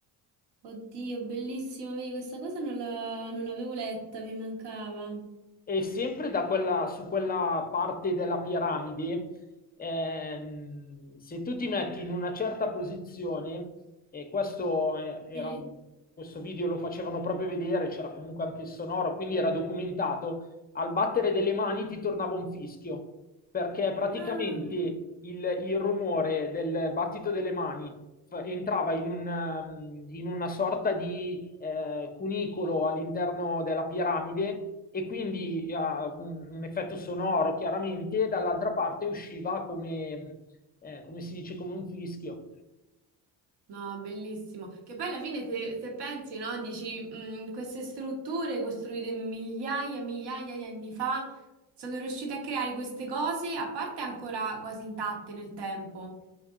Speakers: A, on the right; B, on the left.
A: Oddio, bellissimo, vedi, questa cosa non la- non l'avevo letta, mi mancava.
B: E sempre da quella, su quella parte della piramide, ehm, se tu ti metti in una certa posizione, e questo eh, era
A: Sì.
B: un, questo video lo facevano proprio vedere, c'era comunque anche il sonoro, quindi era documentato, al battere delle mani ti tornava un fischio, perché praticamente
A: Ah.
B: il, il rumore del battito delle mani f- entrava in, un, ehm, in una sorta di eh, cunicolo all'interno della piramide e quindi eh, un, un effetto sonoro chiaramente, e dall'altra parte usciva come, eh, come si dice, come un fischio.
A: No, bellissimo. Che poi alla fine se, se pensi, no, dici, "Mm, queste strutture costruite migliaia e migliaia di anni fa sono riuscite a creare queste cose, a parte ancora quasi intatte nel tempo.